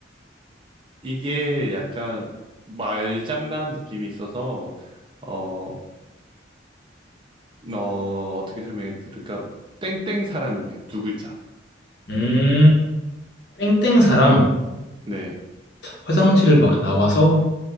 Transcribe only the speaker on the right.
이게 약간 말장난 느낌이 있어서, 어, 어, 어떻게 설명해 드릴까? 땡땡 사람이에요. 두 글자.
네.